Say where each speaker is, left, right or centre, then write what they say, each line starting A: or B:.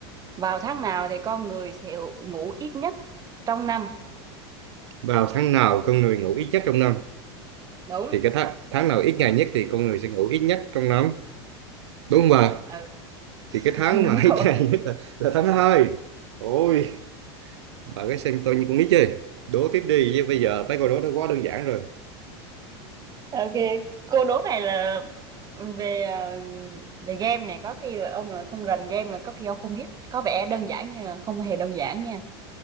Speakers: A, on the right; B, on the right.
A: Vào tháng nào thì con người sẽ ngủ ít nhất trong năm?
B: vào tháng nào con người ngủ ít nhất trong năm
A: Đúng.
B: thì cái tháng tháng nào ít ngày nhất thì con người sẽ ngủ ít nhất trong năm đúng không bà
A: Ừ,
B: thì cái
A: <laughs>
B: tháng mà
A: đúng
B: <laughs> ít
A: rồi.
B: ngày nhất là, là tháng hai ôi bà cái xem tôi như con nít chơi đố tiếp đi chứ bây giờ mấy câu đố nó quá đơn giản rồi
A: Ok, cô đố này là về ờ, về game này có khi là ông là không rành game là có khi ông không biết. Có vẻ đơn giản nhưng mà không hề đơn giản nha.